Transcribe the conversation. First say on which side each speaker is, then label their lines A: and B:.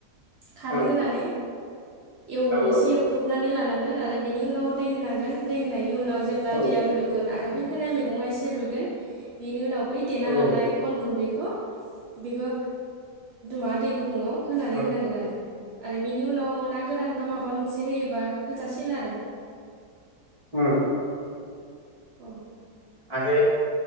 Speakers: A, on the right; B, on the right.
A: खारै
B: औ
A: होनानै
B: औ
A: एवो
B: औ
A: एसे एवथबनानै लानांगोन आरो बिनि उनाव दै होनांगोन दै होनायनि उनाव जेब्ला
B: औ
A: दैया गोदौगोन आरो बै होनाय मैगङा एसे रुइगोन बेनि उनाव बै देना
B: औ
A: लानाय अन गुन्दैखौ बेखौ मा दै गुदुङाव होनानै
B: औ
A: होनांगोन आरो आरो बेनि उनाव ना गोरान बा मा मोनसे होयोबा होजासिन आरो।
B: औ
A: औ।
B: आरो